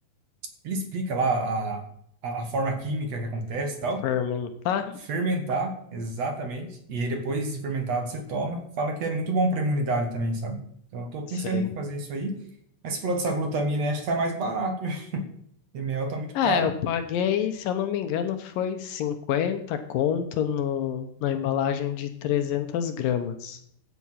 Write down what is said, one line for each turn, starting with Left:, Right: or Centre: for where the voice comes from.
Right: ele explica lá a, a, a forma química que acontece e tal.
Left: Fermentar?
Right: Fermentar, exatamente. E aí depois de fermentado você toma. Fala que é muito bom para a imunidade também, sabe? Então eu tô
Left: Sei.
Right: pensando em fazer isso aí. Mas você falou dessa glutamina, acho que sai mais barato. <laughs> E mel tá muito
Left: É,
Right: caro.
Left: eu paguei, se eu não me engano, foi 50 conto no, na embalagem de 300 gramas.